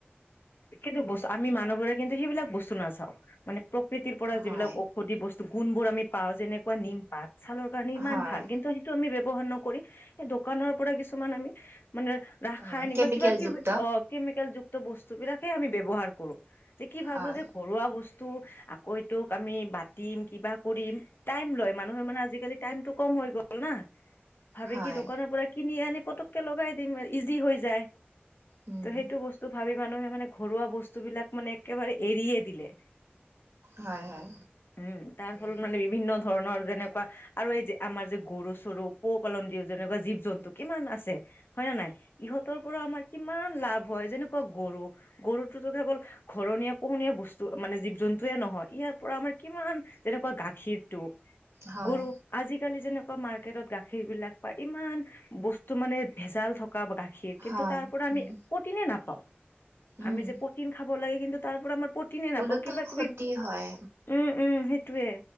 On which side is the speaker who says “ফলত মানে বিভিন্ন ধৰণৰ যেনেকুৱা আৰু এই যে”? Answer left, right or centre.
Left